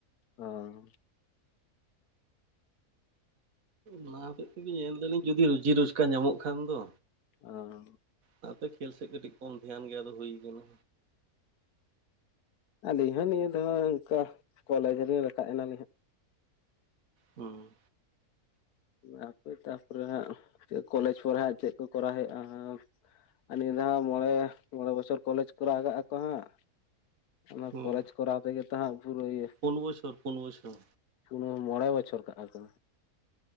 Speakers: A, on the left; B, on the right.
A: ᱚᱸ
B: ᱚᱱᱟ ᱦᱚᱛᱮᱡ ᱛᱮᱜᱮ ᱧᱮᱞ ᱮᱫᱟ ᱞᱤᱧ, ᱡᱚᱫᱤ ᱨᱚᱡᱤ ᱨᱩᱡᱠᱟᱨ ᱧᱟᱢᱚᱜ ᱠᱷᱟᱱ ᱫᱚ᱾
A: ᱚᱸ
B: ᱟᱱᱟ ᱛᱮ ᱠᱷᱮᱞ ᱥᱮᱫ ᱠᱟᱹᱴᱤᱡ ᱠᱚᱢ ᱫᱷᱮᱭᱟᱱ ᱜᱮ ᱟᱫᱚ ᱦᱩᱭ ᱟᱠᱟᱱᱟ᱾
A: ᱟᱹᱞᱤᱧ ᱦᱚᱸ ᱱᱤᱭᱟᱹ ᱚᱱᱠᱟ ᱠᱚᱞᱮᱡᱽ ᱨᱮᱞᱤᱧ ᱨᱟᱠᱟᱵ ᱮᱱᱟ᱾
B: ᱦᱩᱸ
A: ᱦᱟᱯᱮ ᱛᱟᱨᱯᱚᱨᱮ ᱦᱟᱸᱜ ᱪᱮᱫ ᱠᱚᱞᱮᱡᱽ ᱠᱚᱨᱮ ᱦᱟᱸᱜ ᱪᱮᱫ ᱠᱚ ᱠᱚᱨᱟᱣ ᱦᱩᱭᱩᱜᱼᱟ ᱦᱟᱸᱜ? ᱟᱨ ᱱᱤᱭᱟᱹ ᱫᱷᱟᱣ ᱢᱚᱬᱮ ᱢᱚᱬᱮ ᱵᱚᱪᱷᱚᱨ ᱠᱚᱞᱮᱡᱽ ᱠᱚᱨᱟᱣᱟᱜᱟᱜ ᱟᱠᱚ ᱦᱟᱸᱜ᱾ ᱚᱱᱟ
B: ᱦᱩᱸ
A: ᱠᱚᱞᱮᱡᱽ ᱠᱚᱨᱟᱣ ᱛᱮᱜᱮ ᱛᱚ ᱦᱟᱸᱜ ᱯᱩᱨᱟᱹ ᱤᱭᱟᱹ
B: ᱯᱩᱱ ᱵᱚᱪᱷᱚᱨ ᱯᱩᱱ ᱵᱚᱪᱷᱚᱨ
A: ᱯᱩᱨᱟᱹ ᱢᱚᱬᱮ ᱵᱚᱪᱷᱚᱨ ᱠᱟᱜ ᱠᱚ᱾